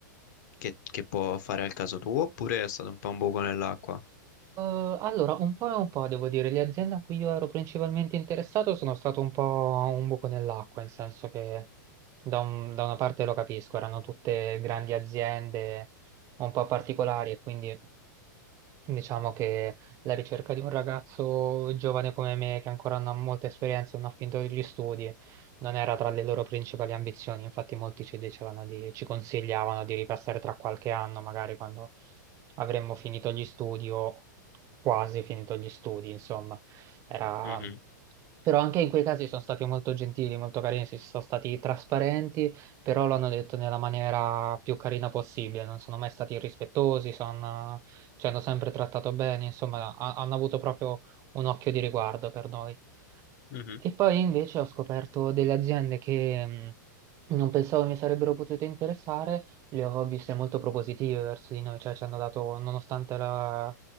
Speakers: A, on the left (about 65°); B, on the right (about 30°).
A: che, che può fare al caso tuo, oppure è stato un po' un buco nell'acqua?
B: Eh, allora, un po' e un po', devo dire, le aziende a cui io ero principalmente interessato sono stato un po' un buco nell'acqua, nel senso che da, un- da una parte lo capisco, erano tutte grandi aziende un po' particolari e quindi Diciamo che la ricerca di un ragazzo giovane come me, che ancora non ha molta esperienza, non ha finito gli studi, non era tra le loro principali ambizioni. Infatti, molti ci dicevano di, ci consigliavano di ripassare tra qualche anno, magari quando avremmo finito gli studi o quasi finito gli studi, insomma. Era...
A: Mhm,
B: Però anche in quei casi sono stati molto gentili, molto carini, si sono stati trasparenti, però l'hanno detto nella maniera più carina possibile, non sono mai stati irrispettosi, sono ci hanno sempre trattato bene, insomma, ha- hanno avuto proprio un occhio di riguardo per noi.
A: mhm,
B: E poi invece ho scoperto delle aziende che mh, non pensavo mi sarebbero potute interessare, le ho viste molto propositive verso di noi, cioè ci hanno dato, nonostante la,